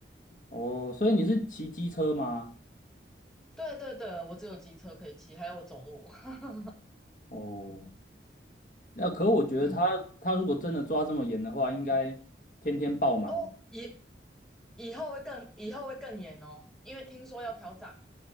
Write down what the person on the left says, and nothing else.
哦，所以你是骑机车吗？
哦，那可我觉得他他如果真的抓这么严的话，
应该天天爆满吧？